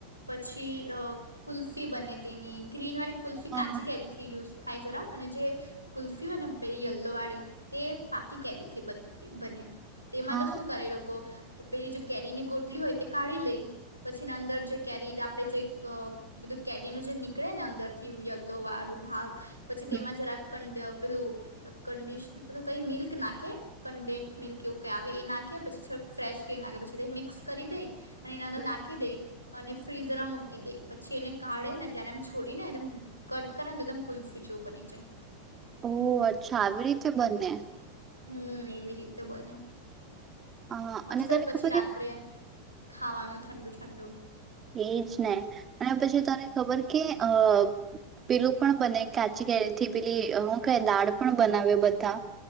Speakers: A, on the left; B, on the right.
A: પછી અ કુલ્ફી બને તેની ગ્રીન વાલી કુલ્ફી
B: હા
A: કાચી કેરી યુઝ થાય જરાક અને જે કુલ્ફી હોય ને પેલી યલ્લો વાળી? તે પાકી ક બન બને તેમાં
B: હા
A: તો શું કરે લોકો પેલી જે કેરીની ગોટલી હોય તે કાઢી લે પછી ના અંદર જે કેરી આપડણે જે બધું કેરીનું જે નીકળે ને અંદર થી યલો વાળું ભાગ પછી
B: હમ,
A: તેમાં જરાક કંડપ પેલું કંડિશન પેલું કઈ મિલ્ક નાખે કન્ડે મિલ્ક એવું કઈ આવે એ નાખે પછીો ફ્રેશ ક્રીમ નાખે પછી મિક્સ કરી દઈ અને એનાંદ
B: હમ.
A: નાખી દઈ અને ફ્રીઝરમાં મૂકી દે પછી એને કાઢે ને ત્યારે એમ છોડીને એકદમ કટ કરે ને તો એકમ કુલ્ફી જો બની જાય
B: ઓહ અચ્છા આવી રીતે બને
A: હમ એવી રીતે બને
B: હા
A: મસ્ત
B: અને તને
A: જ પછી
B: ખબર
A: રાત્રે ખાવાનું ઠંડુ ઠંડુ
B: એજ ને અને પછી તને ખબર કે અ પેલું પણ બને કાચી કેરીથી પેલી હું ક દાળ પણ બનાવે્યો બધા